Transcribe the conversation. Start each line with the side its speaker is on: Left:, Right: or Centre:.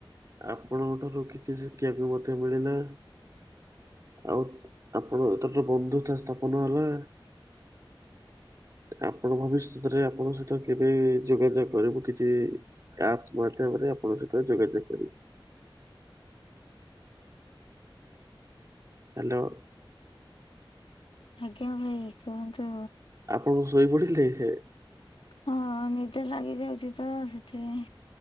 Right: ଆପଣଙ୍କ ଠାରୁ କିଛି ଶିଖିବାକୁ ମତେ ମିଳିଲା ଆଉ ଆପଣ ତ ଠି ବନ୍ଧୁତା ସ୍ଥାପନ ହେଲା
Left: <inaudible>
Right: ଆପଣ ଭବିଷ୍ୟତରେ ଆପଣଙ୍କ ସହିତ କେବେ ଯୋଗାଯୋଗ କରିବୁ କିଛି ଏ ଆପ ମାଧ୍ୟମରେ ଆପଣ ସହିତ ଯୋଗାଯୋଗ କରିବୁ। ହ୍ୟାଲୋ
Left: ଆଜ୍ଞା ଭାଇ କୁହନ୍ତୁ।
Right: ଆପଣ ଶୋଇପଡ଼ିଥିଲେ ହେ ହେ
Left: ହଁ ନିଦ ଲାଗି ଯାଉଛି ତ ସେଥିପାଇଁ।